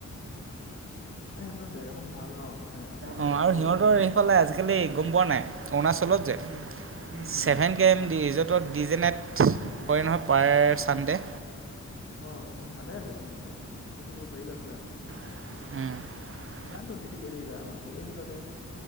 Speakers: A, on the left (about 45°); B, on the right (about 45°).
A: উম এ সেইবিলাক জেগাখন ভাল ন। মানে আমাৰতো
B: অ
A: ইয়াৰ পৰা
B: আৰু
A: দূৰ
B: সিহঁতৰ
A: হয় ন
B: এইফালে আজিকালি গম পোৱা নাই অৰুণাচলত যে
A: উম উম উম
B: ছেভেন কে এম ৰিজৰ্টত ডিজে নাইট কৰে নহয় পাৰ চানডে'।
A: অ অ অ, তেনে ভালে আছেচোন তেন্তে ফূৰ্তি কৰিব পাৰিবা পুৰা।
B: হু হু হু হু উম উ হু হু হু উহ উহ।
A: ইমান দূৰ ডিউটি কৰি থাকিবা অকমান ফুৰি আহিবাগে।